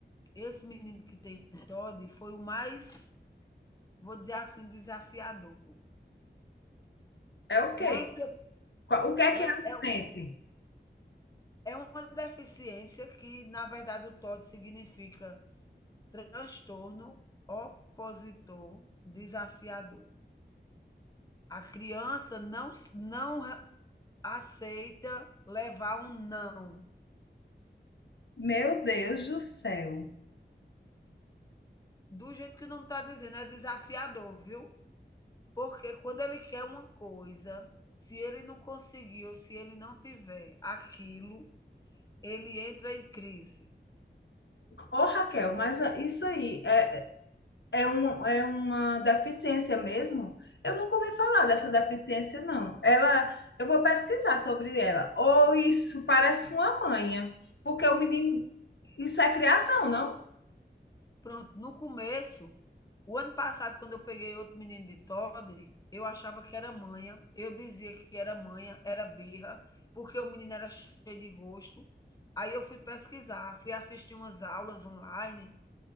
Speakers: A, on the left (about 20°); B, on the left (about 75°).
A: esse menino que tem TOD foi o mais, vou dizer assim, desafiador.
B: É o quê?
A: Quando eu-
B: Qual- O que é
A: é,
B: que ele sente?
A: é o É uma deficiência que, na verdade, o TOD significa transtorno opositor desafiador. A criança não, não aceita levar um não.
B: Meu Deus do céu.
A: Do jeito que o nome está dizendo, é desafiador, viu? Porque quando ele quer uma coisa, se ele não conseguir ou se ele não tiver aquilo, ele entra em crise.
B: Ô, Raquel, mas ah, isso aí é, é, um, é uma deficiência mesmo? Eu nunca ouvi falar dessa deficiência, não. Ela, eu vou pesquisar sobre ela. Ou isso parece uma manha, porque o menino, isso é criação, não?
A: Pronto, no começo, o ano passado, quando eu peguei outro menino de Toddy, eu achava que era manha, eu dizia que era manha, era birra, porque o menino era cheio de gosto. Aí eu fui pesquisar, fui assistir umas aulas online,